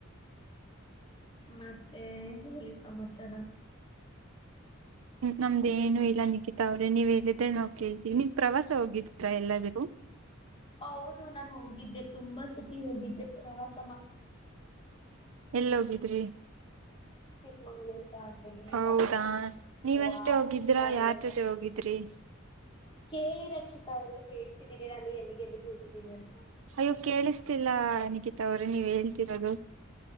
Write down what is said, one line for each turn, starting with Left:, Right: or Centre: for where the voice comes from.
Left: ಮತ್ತೆ ಹೇಳಿ ಸಮಾಚಾರ
Right: ನಮ್ದ ಏನು ಇಲ್ಲ ನಿಕಿತಾ ಅವ್ರೆ ನೀವ್ ಹೇಳಿದ್ರೆ ನಾವು ಕೇಳ್ತೀವಿ ನೀವ ಪ್ರವಾಸ ಹೋಗಿದ್ದೀರಾ ಎಲ್ಲಾದರೂ
Left: ಹೌದು ನಾನು ಹೋಗಿದ್ದೆ ತುಂಬಾ ಸತಿ ಹೋಗಿದ್ದೆ ಪ್ರವಾಸ ಮಾಡ
Right: ಎಲ್ಲಿ ಹೋಗಿದ್ರಿ
Left: ಚಿಕ್ಕಮಂಗ್ಳೂರ್ ದಾಂಡೇಲಿ
Right: ಹೌದಾ
Left: ಮತ್ತೆ
Right: ನೀವಷ್ಟೇ
Left: ಗೋವಾ
Right: ಹೋಗಿದ್ರ
Left: ಗೋವಾ
Right: ಯಾರ್ ಜೊತೆ ಹೋಗಿದ ತ್ರೀ
Left: ಕೇಳಿ ರಕ್ಷಿತಾ ಅವರೇ ಹೇಳ್ತಿದ್ದೀನಿ ನಾನು ಎಲ್ಲಿಗೆ ಎಲ್ಲಿಗ್ ಹೋಗಿದ್ದೀನಿ ಅಂತ
Right: ಅಯ್ಯೋ ಕೇಳಿಸ್ತಿಲ್ಲಾ ನಿಕಿತಾ ಅವ್ರೇ ನೀವ್ ಹೇಳ್ತಿರೋದು